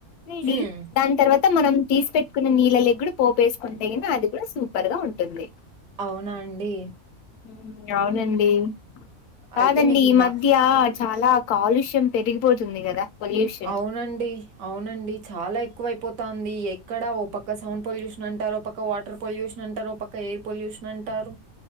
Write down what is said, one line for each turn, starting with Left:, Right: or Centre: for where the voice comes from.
Left: రెడీ
Right: హ్మ్.
Left: దాని తర్వాత మనం తీసి పెట్టుకున్న నీళ్ళలేకి గుడా పోప్ ఎసు కుంటే గినా అది కూడా సూపర్‌గా ఉంటుంది
Right: అవునా అండి
Left: ఉమ్మ్ అవునండి కాదండి
Right: అయితే మీకి
Left: ఈ
Right: బా
Left: మధ్య చాలా కాలుష్యం పెరిగిపోతుంది కదా పొల్యూషన్
Right: అవునండి అవునండి చాలా ఎక్కువైపోతుంది ఎక్కడా ఓ ప క్క సౌండ్ పొల్యూషన్ అంటారు పక్క వాటర్ పొల్యూషన్ అంటారు ఒక పక్క ఎయిర్ పొల్యూషన్ అంటారు